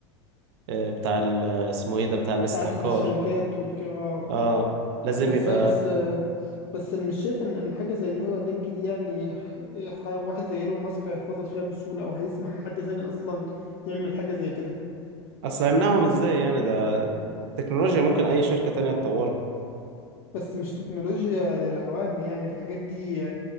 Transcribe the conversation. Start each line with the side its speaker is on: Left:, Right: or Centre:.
Right: آه، بتاع ال... اسمه ايه ده بتاع الاستحكار
Left: تعدد الشركات والك اه
Right: اه لازم
Left: بس
Right: يبقى
Left: بس بس انا مش شايف ان ان حاجه زي نيورال لينك دي يعني ح- ح- واحد زي ايلون ماسك هيفرط فيها بسهوله او هيسمح حد تاني اصلا يعمل حاجه زي كده
Right: أصل هيمنعهم ازاي يعني ده تكنولوجيا ممكن أي شركة تانية تطورها
Left: بس مش تكنولوجيا للعوام يعني الحاجات دي